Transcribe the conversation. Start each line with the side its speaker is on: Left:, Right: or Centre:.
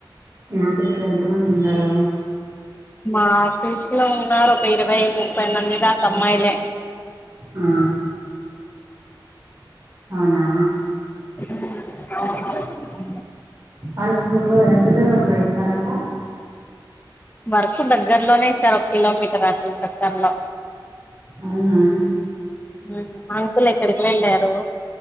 Right: మీ ఆఫీస్ లో ఎంత మంది ఉన్నారు?
Left: మా ఆఫీస్ లో ఉన్నారు ఒక ఇరవై ముప్పై మంది దాకా అమ్మాయిలే.
Right: ఆ అవునా
Left: ఉమ్
Right: వర్కు ఎంత దూరంలో ఇస్తారంట?
Left: వర్క్ దగ్గరలోనే ఇస్తారు, ఒక కిలోమీటర్ అట్లు దగ్గర్లో
Right: అవునా
Left: ఉహు అంకుల్ ఎక్కడికి వెళ్ళారు?